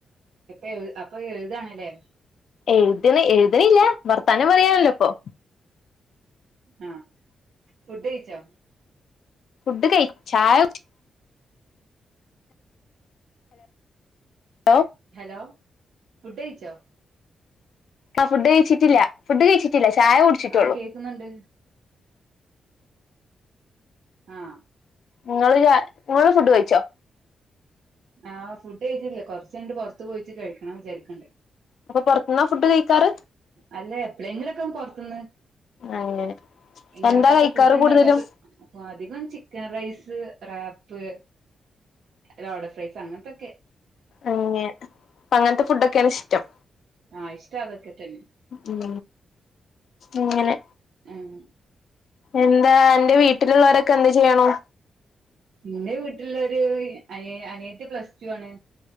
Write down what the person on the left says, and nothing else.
എഴുത്ണ് എഴുത്ണില്ല ഭർത്താനം പറയാനല്ലോ ഇപ്പം
ഫുഡ് കഴി <unintelligible> ചായ കുട് കുടിച്ചോ
ആഹ് ഫുഡ് കഴിച്ചിട്ടില്ല ഫുഡ് കഴിച്ചിട്ടില്ല ചായ കുടിച്ചിട്ടുള്ളൂ
നിങ്ങൾ നിങ്ങൾ ഫുഡ് കഴിച്ചോ
അപ്പൊ പുറത്തനിന്നാ ഫുഡ് കഴിക്കാർ
അങ്ങനെ
എന്താ കഴിക്കാറ്
കൂടുതലും
അങ്ങെ അപ്പ അങ്ങനത്തെ ഫുഡൊക്കെയാണ് ഇഷ്ടം
ഉം അങ്ങനെ
എന്താ എന്റെ വീട്ട വീട്ടിലുള്ളവരൊക്കെ എന്തു ചെയ്യുന്നു